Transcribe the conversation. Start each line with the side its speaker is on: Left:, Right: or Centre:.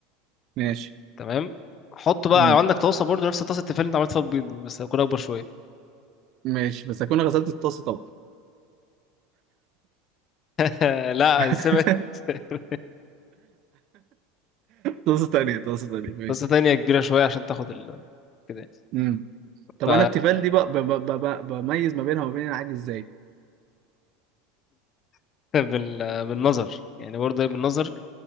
Right: ماشي
Left: تمام حط بقى
Right: مم.
Left: عندك طاسة برضو نفس طاسة التيفال اللي أنت عملت فيها البيض دي بس هتكون أكبر شوية
Right: ماشي بس اكون غسلت الطاسة طبعا
Left: <laughs> لا
Right: <laughs>
Left: سمعت <laughs>
Right: طاسة تانية طاسة تانية ماشي
Left: طاسة تانية كبيرة شوية عشان تاخد ال... كده
Right: مم. طب
Left: ف
Right: انا التيفال دي بقى ب- ب- ب- ب- بميز ما بينها وما بين العادي ازاي
Left: <laughs> بال... بالنظر يعني برضه هي بالنظر